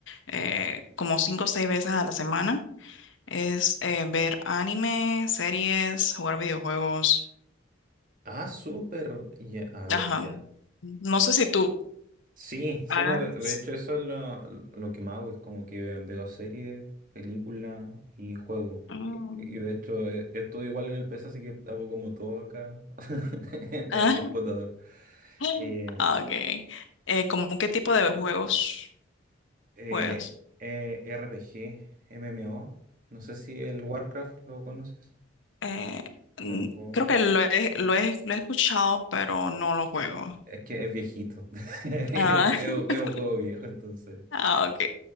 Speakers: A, on the left; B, on the right.
A: eh, como cinco o seis veces a la semana, es eh, ver anime, series, jugar videojuegos.
B: Ah, súper, ya, a ver,
A: Ajá.
B: ya,
A: No sé si tú
B: Sí, sí,
A: hagas.
B: no, de, de hecho eso es lo, lo que más hago, es como que veo series, películas y juegos.
A: Mm,
B: Y, y de hecho eh, es, igual en el PC, así que hago como todo acá <laughs> en
A: ah,
B: el computador.
A: <laughs>
B: Eh,
A: ah, ok. Eh, ¿cómo qué tipo de juegos
B: eh,
A: juegas?
B: eh, RPG, MMO, no sé si el Warcraft lo conoces,
A: Eh, mm,
B: el WoW.
A: creo que lo he, lo he, lo he escuchado, pero no lo juego.
B: Es que es viejito, <laughs> es
A: Ah,
B: un, es un-
A: <laughs>
B: es un juego viejo, entonces.
A: ah, ok.